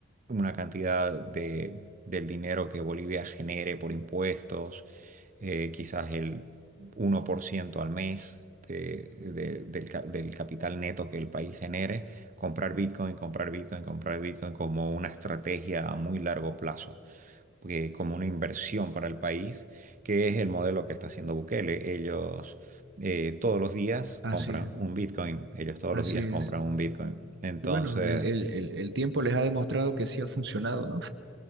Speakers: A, on the right; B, on the right.
A: una cantidad de, del dinero que Bolivia genere por impuestos, eh, quizás el uno por ciento al mes de- de- del, ca- del capital neto que el país genere, comprar Bitcoin, comprar Bitcoin, comprar Bitcoin como una estrategia a muy largo plazo, porque como una inversión para el país, que es el modelo que está haciendo Bukele. Ellos eh, todos los días
B: Así
A: compran
B: es,
A: un Bitcoin, ellos todos
B: así
A: los días
B: es.
A: compran un Bitcoin. Entonces,
B: Y bueno, el, el, el, el tiempo les ha demostrado que sí ha funcionado, ¿no?